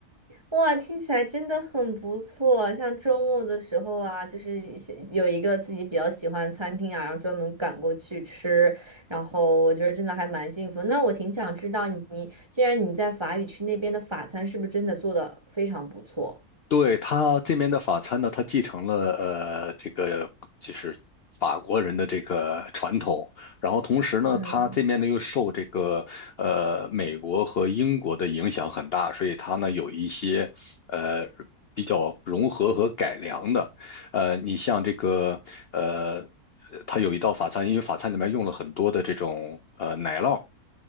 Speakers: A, on the right; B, on the left.
A: 哇，听起来真的很不错。像周末的时候啊，就是一些有一个自己比较喜欢的餐厅啊，然后专门赶过去吃，然后我觉得真的还蛮幸福。那我挺想知道你，既然你在法语区那边的法餐是不是真的做的非常不错？
B: 对，他这边的法餐呢，他继承了呃这个就是法国人的这个传统，然后同时呢，
A: 嗯，
B: 他这边呢又受这个呃美国和英国的影响很大，所以他呢有一些呃比较融合和改良的，呃，你像这个呃，它有一道法餐，因为法餐里面用了很多的这种呃奶酪。